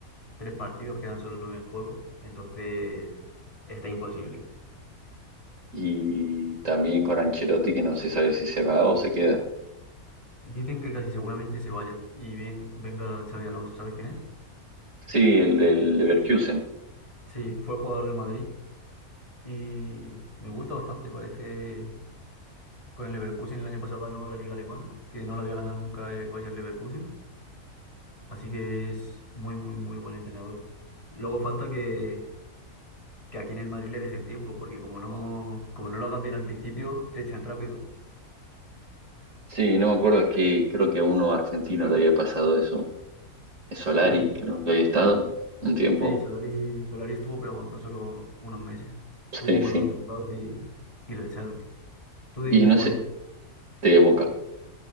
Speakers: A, on the left; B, on the right.
A: Tres partidos, quedan solo nueve en juego, entonces está imposible.
B: Y también con Ancelotti, que no se sabe si se va o se queda.
A: Dicen que casi seguramente se vaya y bien venga Xavi Alonso, ¿sabes quién es?
B: Sí, el del Leverkusen.
A: Sí, fue jugador del Madrid y me gusta bastante, parece con el Leverkusen el año pasado ganó la liga alemana, que no la había ganado nunca el Bayer Leverkusen, así que es muy muy muy buen entrenador. Luego falta que, que aquí en el Madrid le dejen tiempo, porque como no, como no lo hagas bien al principio, te echan rápido.
B: Sí, no me acuerdo que creo que a uno argentino le había pasado eso. Es Solari,
A: Ujú.
B: creo que había estado un tiempo.
A: Sí, Solari, Solari estuvo, pero aguantó solo unos meses.
B: Sí,
A: Tuvo malos
B: sí.
A: resultados y, y lo echaron. ¿Tú de
B: Y
A: qué equipo
B: no sé,
A: eres?
B: de Boca,